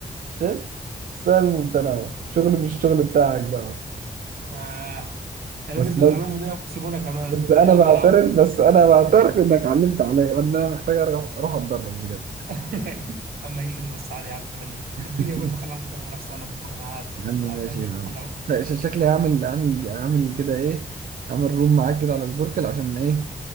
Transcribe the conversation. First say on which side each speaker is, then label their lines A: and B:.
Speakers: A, on the right; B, on the right.
A: شايف سهل ممتنع شغل مش الشغل بتاعك بقى
B: آه ده لبسنا
A: بس لازم
B: تعليم مننا وكسبونا كمان
A: بس انا
B: يلا
A: بعترف
B: يا عم
A: بس انا بعترف انك علمت عليا وان انا محتاج أرجع- اروح اتدرب بجد
B: <laughs> اما هيش فيلم بس عادي يا عم
A: <laughs>
B: الدنيا برضه خلي عندك روح منافسه وانا مع- انا عادي
A: يا عم
B: انا
A: ماشي
B: عادي انا مش
A: يا
B: فرحان
A: عم
B: قوي
A: ش- ش- شكلي هعمل هعمل هعمل كده ايه هعمل روم معاك كده على سبوركل عشان ايه